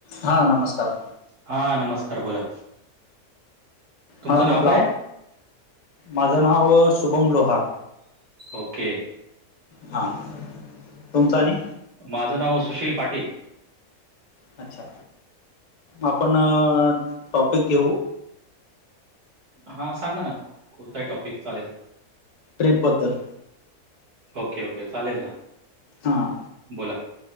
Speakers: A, on the left; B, on the right.
A: हा नमस्कार.
B: हा नमस्कार बोला. तुमचं
A: ह
B: नाव
A: म्हटलं
B: काय
A: माझं नाव शुभम लोहार.
B: ओके.
A: हा तुमचा नि
B: माझं नाव सुशील पाटील.
A: अच्छा आपण टॉपिक घेऊ.
B: हा सांगा ना. कोणताही टॉपिक चालेल
A: ट्रिपबद्दल
B: ओके ओके चालेल ना.
A: हा
B: बोला